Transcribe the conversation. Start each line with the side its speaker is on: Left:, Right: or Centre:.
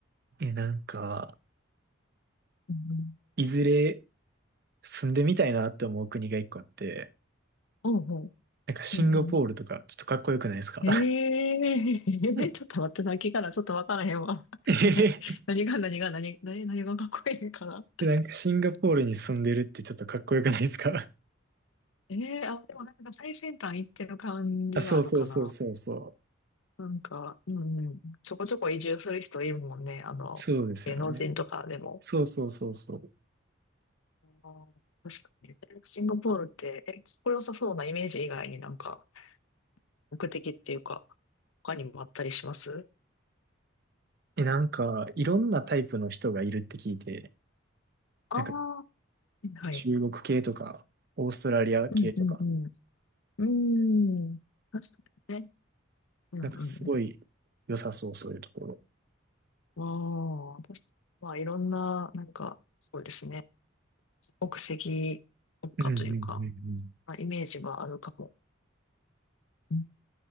Right: 円。え、なんか、
Left: うん。
Right: いずれ住んでみたいなって思う国が一個あって、
Left: うんうん。
Right: なんかシンガポールとか、
Left: うんう
Right: ちょっとかっこよくないですか
Left: ん。えー、
Right: うん
Left: <laughs> ちょっと待って、泣きからちょっとわからへんわ。
Right: <laughs> えへへ
Left: <laughs> え、何が何が何、何、何がかっこいいんかな。
Right: でなんかシンガポールに住んでるってちょっとかっこよくないですか
Left: えー、あ、でもなんか最先端行ってる感じはあるかな。
Right: <laughs> あ、そうそうそうそうそう。
Left: なんか、うんうん。ちょこちょこ移住する人いるもんね。あの、
Right: そうですよね。
Left: 芸能人とかでも。
Right: そうそうそうそう。
Left: あー確かに。シンガポールって、え、かっこよさそうなイメージ以外になんか、目的っていうか、他にもあったりします
Right: え、なんか、いろんなタイプの人がいるって聞いて、
Left: ああ
Right: なんか
Left: ー、はい。
Right: 中国系とか、オーストラリア系とか、
Left: うんうんうん。うーん。確かにね。うんうんうん。
Right: なんかすごい良さそう、そういうところ。
Left: ああ、確かに。まあ、いろんな、なんか、そうですね。国籍国家というか、
Right: うんうんうんうん。
Left: まあ、イメージはあるかも。うん